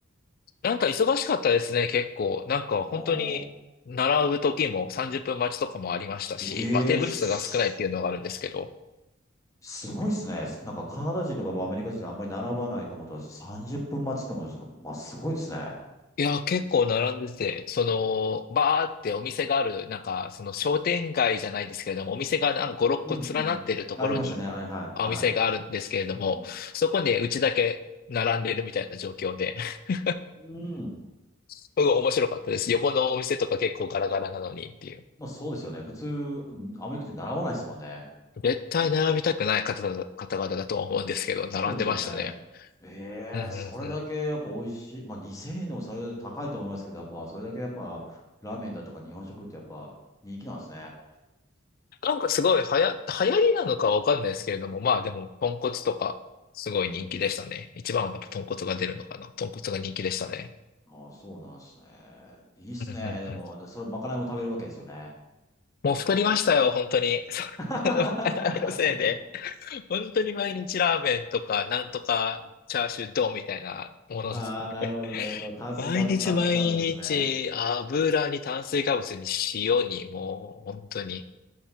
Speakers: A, on the left (about 45°); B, on the left (about 15°).
A: なんか忙しかったですね、結構。なんか本当に、
B: おー。
A: 並ぶ時も30分待ちとかもありましたし、
B: ええす、
A: まあテーブル数が少ないっていうのがあるんですけど。
B: すごいっすね。なんかカナダ人とかアメリカ人ってあんまり並ばないと思ったら30分待ちっても、まあすごいっすね。
A: いや、結構並んでて、その、バーってお店がある、なんか、その商店街じゃないですけれども、お店がなんか5、6個連なってるところに、
B: うんうんうん。ありますよね。あれ、はい、
A: あお店があるんですけれども、
B: はい。うん。
A: そこでうちだけ並んでるみたいな状況で、<laughs>
B: うん。
A: すごい面白かったです。横のお店とか結構ガラガラなのにっていう。
B: まあそうですよね。普通、アメリカ人習わないですもんね。
A: 絶対並びたくない方々、方々だとは思うんですけど、並んでましたね。
B: そうですよね。ええそれだけやっぱ美味しい。
A: うんうんうん。
B: まあ2000円でもそれ高いと思いますけど、やっぱそれだけやっぱラーメンだとか日本食ってやっぱ人気なんですね。
A: なんかすごい流行、流行りなのかわかんないですけれども、まあでも、豚骨とか、すごい人気でしたね。
B: うん。
A: 一番はやっぱ豚骨が出るのかな。豚骨が人気でしたね。
B: ああ、そうなんですね。いいっすね。
A: うんうんうん。
B: でも、それ、まかないも食べるわけですよね。
A: もう太りましたよ、本当に。そうあのまかなれのせいで。
B: <laughs>
A: 本当に毎日ラーメンとか、なんとかチャーシュー丼みたいなものですね。
B: ああ、なるほど、
A: <laughs>
B: なるほど。炭水化物、
A: 毎日毎日、
B: 炭水化物ですね。
A: 油に炭水化物に塩に、もう本当に、